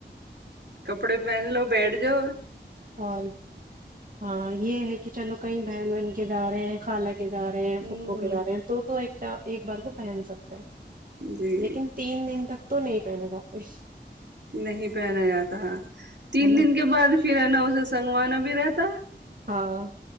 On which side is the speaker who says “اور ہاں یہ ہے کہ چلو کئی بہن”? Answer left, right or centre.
Right